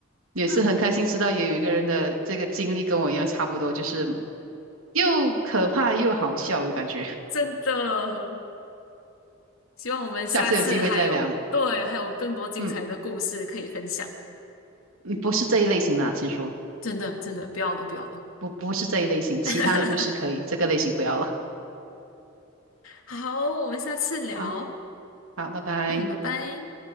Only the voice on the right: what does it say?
也是很开心知道也有一个人的这个经历跟我一样差不多，
就是又可怕又好笑的感觉。<laughs>
下次有机会再聊。
嗯，嗯不是这一类型的，先说
不不是这一类型，其他的故事可以，
这个类型不要了。
<laughs> 好，好，拜拜。